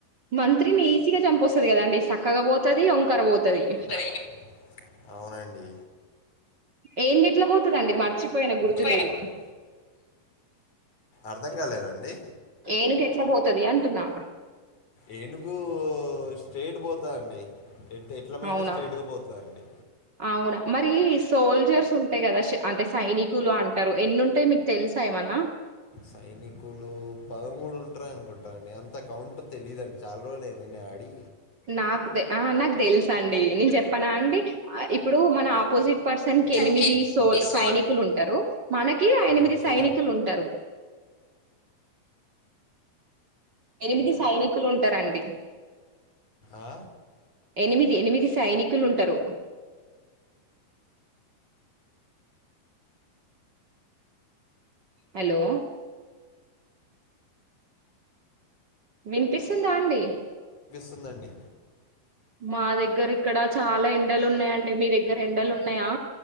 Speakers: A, on the right; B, on the left.
A: మంత్రిని గా చంపొస్తది కదా అండి సక్కగా ఓతది వంకర ఓతది
B: ఉంటది అవునండి
A: ఏం డిప్ ఇట్ల పోతదండి మర్చిపోయిన గుర్తులేదు
B: పోయిన గుర్తు అర్థం కాలేదండి
A: ఏనుగెట్లా పోతది అంటున్నా
B: ఏనుగు ఓ స్ట్రేట్ పోతా ద్ అండి ఎట్ ఎట్ల పోయినా
A: అవునా?
B: స్టేట్గా పోతదండి
A: అవునా? మరి సోల్జర్స్ ఉంటాయి కదా అంటే సైనికులు అంటారు ఎన్ని ఉంటాయి మీకు తెల్సా ఏమన్నా
B: సైనికులు పదమూడు ఉంట్ర అనుకుంటా అండి అంత కౌంట్ తెలీదన్డి చాలా రోజులయింది నేన్ ఆడి
A: నాకు తే నాకు తెల్సు అండి నేను చెప్పనా అండి ఇప్పుడు మన ఆపోజిట్ పర్సన్ కి
B: సంఖ్య
A: ఎనిమిది సో
B: ఈ సోల్
A: సైనికులు ఉంటారు మనకి అ నిమిది
B: ఓకే
A: సైనికులు ఉంటారు ఎనిమిది సైనికులు ఉంటారండి
B: ఆ,
A: ఎనిమిది ఎనిమిది సైని కులు ఉంటారు హలో వినిపిస్ స్తుందా అండి
B: స్తుందండి
A: మా దగ్గర ఇక్కడ చాలా ఎండలు ఉన్నాయండి మీ దగ్గర ఎండలు ఉన్నాయా